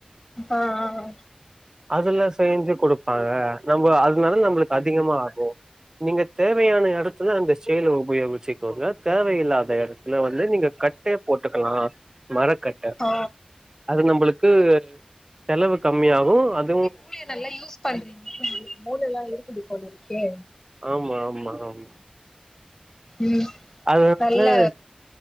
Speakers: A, on the left; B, on the right.
A: ஆ அ
B: அதல்லா செஞ்சு குடுப்பாங்க நம்ம அதனால நம்மளுக்கு அதிகமா ஆகு நீங்க தேவயான எடத்துல அந்த சேல உபயோகிச்சுக்கோங்க தேவயில்லாத இடத்துல வந்து நீங்க கட்டே போட்டுக்கலா மரக்கட்
A: ஓ
B: அது நம்மளுக்கு செலவு கம்மியாகு அது
A: மூளய நல்லா யூஸ் பண்றீங்க உங்களுக்கு மூளல்லாம் இருக்குது போலர்க்கே
B: ஆமா ஆமா ஆமா
A: ம்
B: அதனால
A: நல்ல